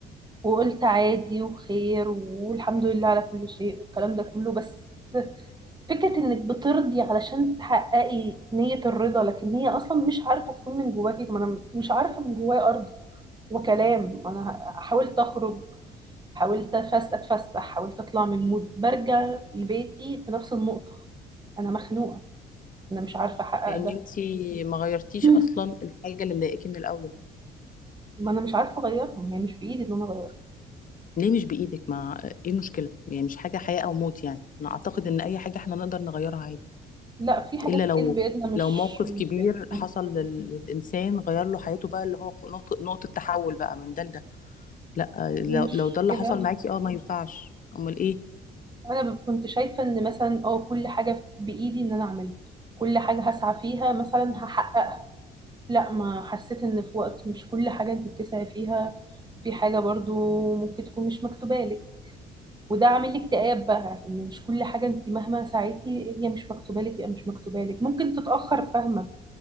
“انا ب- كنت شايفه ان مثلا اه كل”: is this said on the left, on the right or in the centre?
Right